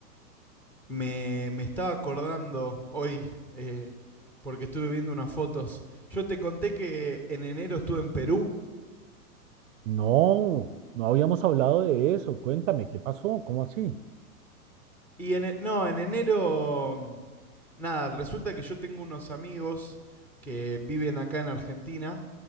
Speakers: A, in the centre; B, on the right.
A: Me, me estaba acordando hoy, eh, porque estuve viendo unas fotos. Yo te conté que en enero estuve en Perú.
B: No, no habíamos hablado de eso. Cuéntame, ¿qué pasó? ¿Cómo así?
A: Y en, e- no, en enero, nada, resulta que yo tengo unos amigos que viven acá en Argentina,